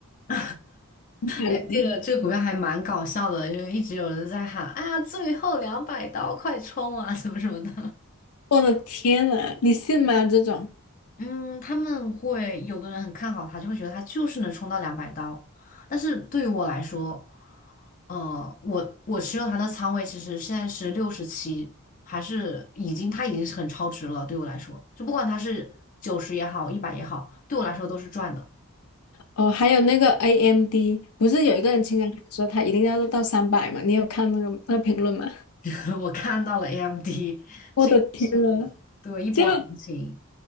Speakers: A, on the left; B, on the left.
A: <laughs>
B: 买了
A: 哎，这个这个股票还蛮搞笑的，因为一直有人在喊啊，最后两百刀，快冲啊，什么什么的。
B: 我的天呐，你信吗？这种
A: 嗯，他们会有的人很看好它，就会觉得它就是能冲到两百刀。但是对于我来说，呃，我我持有它的仓位其实现在是六十七，还是已经它已经是很超值了。对我来说，就不管它是九十也好，一百也好，对我来说都是赚的。
B: 哦，还有那个 AMD，不是有一个人经常说他一定要到三百嘛？你有看那个那个评论吗？
A: <laughs> 我看到了 AMD，
B: 我的天呐，
A: 是的，对，一波行情。
B: 这